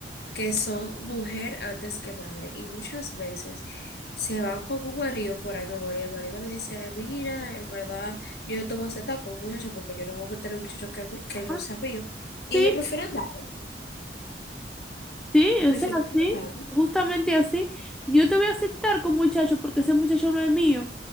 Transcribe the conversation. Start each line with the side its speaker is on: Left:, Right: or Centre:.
Left: que son mujer antes que madre y muchas veces se van con un marido por ahí, mi amor, y el marido le dice, mira, en verdad yo no te voy a aceptar con un muchacho porque yo no voy a meter a un muchacho que, que no
Centre: Ah,
Left: sea mío. Y
Centre: Sí,
Left: ellos prefieren dar,
Centre: Sí,
Left: prefieren
Centre: o sea, sí,
Left: dar.
Centre: justamente así. Yo te voy a aceptar con muchacho porque ese muchacho no es mío.